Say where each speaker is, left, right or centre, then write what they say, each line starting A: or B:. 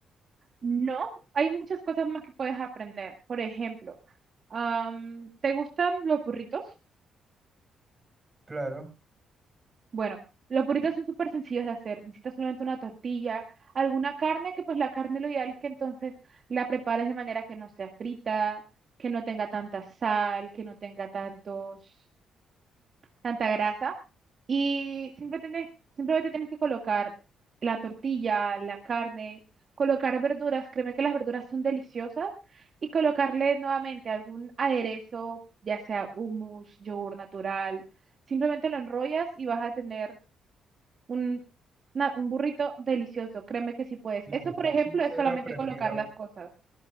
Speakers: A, on the right (about 45°); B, on the right (about 20°).
A: No, hay muchas cosas más que puedes aprender. Por ejemplo, am, ¿te gustan los burritos?
B: Claro.
A: Bueno, los burritos son súper sencillos de hacer. Necesitas solamente una tortilla, alguna carne, que pues la carne lo ideal es que entonces la prepares de manera que no sea frita, que no tenga tanta sal, que no tenga tantos... tanta grasa y siempre tenés- simplemente tienes que colocar la tortilla, la carne, colocar verduras, créeme que las verduras son deliciosas y colocarle nuevamente algún aderezo, ya sea hummus, yogur natural, simplemente lo enrollas y vas a tener un, una- un burrito delicioso, créeme que sí puedes.
B: Si
A: Eso,
B: te soy
A: por ejemplo,
B: sincero,
A: es solamente
B: prefiero
A: colocar las cosas.